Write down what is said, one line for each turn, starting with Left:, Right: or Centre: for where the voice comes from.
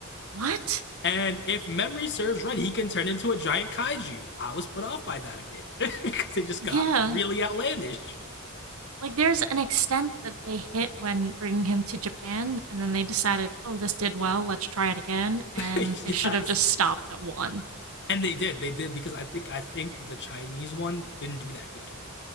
Right: What?
Left: And if memory serves right, he can turn into a giant kaiju. I was put off by that a bit <laughs> because it just
Right: Yeah,
Left: got really outlandish.
Right: Like, there's an extent that they hit when bringing him to Japan, and then they decided, oh, this did well, let's try it again, and
Left: <laughs>
Right: they
Left: yes.
Right: should have just stopped at one.
Left: And they did. They did because I think I think the Chinese one didn't do that good.